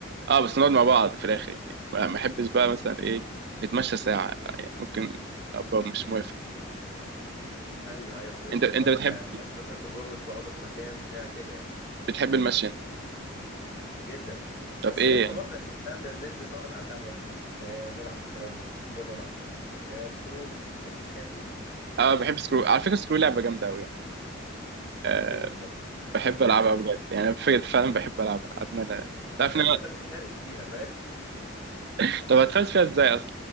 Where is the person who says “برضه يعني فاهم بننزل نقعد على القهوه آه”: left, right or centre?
Left